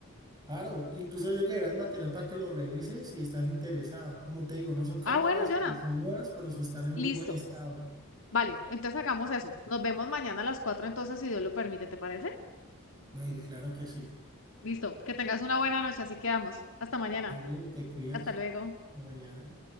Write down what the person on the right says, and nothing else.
claro. Incluso yo llevaré el material para que lo revises si estás interesada. Como te digo, no son cámaras
que son nuevas, pero son- están en
muy buen estado.
Vale, claro que sí.
Vale, te cuidas.
Hasta mañana.